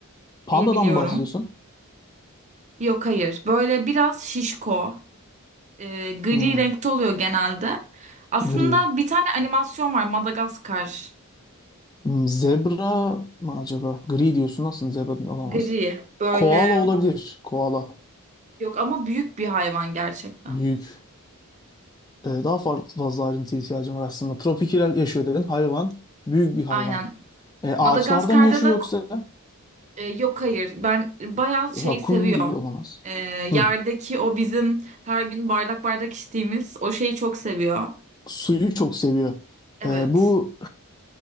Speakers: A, on the left; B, on the right.
A: Pandadan
B: diyebiliyorum.
A: mı bahsediyorsun?
B: Yok hayır böyle biraz şişko e, gri
A: Hmm,
B: renkte oluyor genelde. Aslında
A: gri.
B: bir tane animasyon var Madagaskar.
A: Hmm, zebra mı acaba? Gri diyorsun. Aslında zebra olamaz.
B: Gri böyle
A: Koala olabilir. Koala.
B: yok ama büyük bir hayvan gerçekten.
A: Büyük. Ee, daha farklı fazla ayrıntı ihtiyacım var aslında. Tropikal yaşıyor dedin. Hayvan. Büyük bir hayvan.
B: Aynen.
A: Ee, ağaçlarda
B: Madagaskar'da
A: mı yaşıyor
B: da
A: yoksa?
B: e, yok hayır. Ben bayağı şey
A: Rakun
B: seviyor.
A: değil olamaz.
B: E, yerdeki
A: Hmm,
B: o bizim her gün bardak bardak içtiğimiz o şeyi çok seviyor.
A: Suyu çok seviyor.
B: Evet.
A: Ee, bu